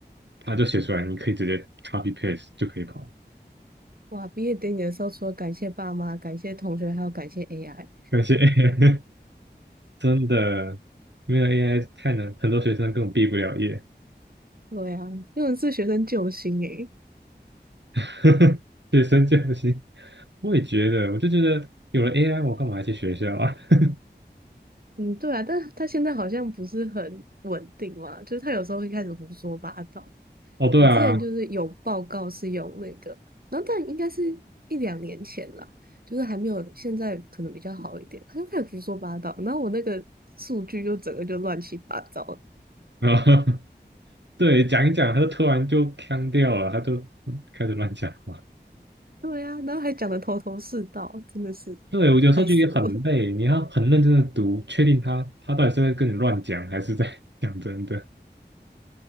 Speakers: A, on the right; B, on the right.
A: 他就写出来，你可以直接 copy paste 就可以跑。
B: 哇，毕业典礼的时候，除了感谢爸妈、感谢同学，还有感谢 AI。
A: 感谢 AI，<laughs> 真的没有 AI 太难，很多学生根本毕不了业。
B: 对啊，那种是学生救星诶。
A: <laughs> 学生不行。我也觉得，我就觉得有了 AI，我干嘛还去学校啊？<laughs>
B: 嗯，对啊，但他现在好像不是很稳定嘛，就是他有时候会开始胡说八道。
A: 哦，对啊，
B: 我之前就是有报告是用那个，然后但应该是一两年前啦，就是还没有现在可能比较好一点。他就开始胡说八道，然后我那个数据就整个就乱七八糟，
A: 啊对，讲一讲，他就突然就腔掉了，他就开始乱讲话。
B: 对呀、然后还讲的头头是道，真的是
A: 对，我有时候就也很累，
B: 害死我了，
A: 你要很认真的读，确定他他到底是在跟你乱讲，还是在 <laughs> 讲真的。